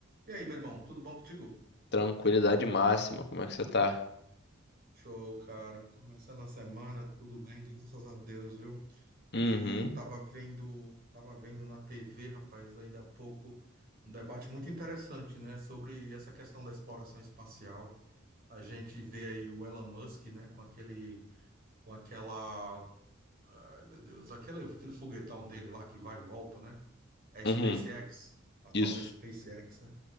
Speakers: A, on the right (about 50°); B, on the left (about 55°).
A: E aí, meu irmão, tudo bom contigo?
B: Tranquilidade máxima. Como é que você tá?
A: Show, cara. Começando a semana, tudo bem, graças a Deus, viu?
B: Uhum.
A: E tava vendo, tava vendo na TV, rapaz, ainda há pouco, um debate muito interessante, né, sobre essa questão da exploração espacial. A gente vê aí o Elon Musk, né, com aquele, com aquela, ai, meu Deus, aquele, aquele foguetão dele lá que vai e volta, né? É a SpaceX,
B: Uhum.
A: a tal
B: Isso.
A: da SpaceX, né?